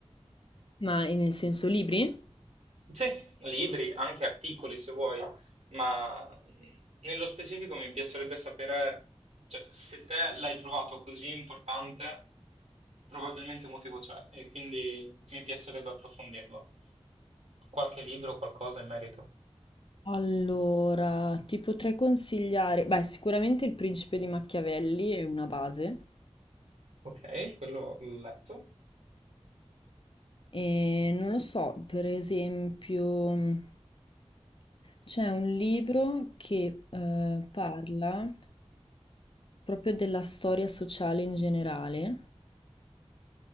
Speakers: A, on the left; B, on the right.
A: Ma eh, nel senso libri?
B: Sì, libri, anche articoli se vuoi, ma mh, nello specifico mi piacerebbe sapere, cioè, se te l'hai trovato così importante, probabilmente un motivo c'è e quindi mi piacerebbe approfondirlo. Qualche libro, qualcosa in merito.
A: Allora, ti potrei consigliare, beh, sicuramente Il Principe di Machiavelli è una base.
B: Ok, quello l'ho letto.
A: E non lo so, per esempio, mh, c'è un libro che eh, parla proprio della storia sociale in generale.